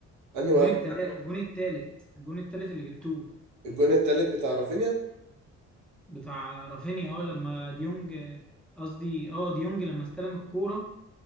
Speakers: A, on the right (about 70°); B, in the centre.
A: انهي
B: الجون
A: واحد
B: التلا الجون التالت الجون التالت اللي جبتوه
A: الجون التالت بتاع رافينيا
B: بتاع رافينيا اه لما ديونج قصدي اه ديونج لما استلم الكورة